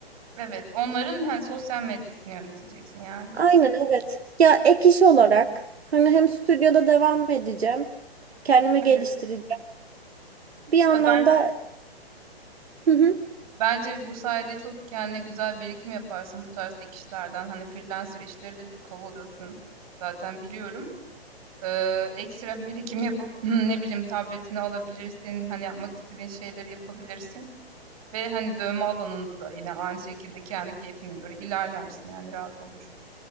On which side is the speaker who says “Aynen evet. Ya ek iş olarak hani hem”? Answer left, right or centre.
Right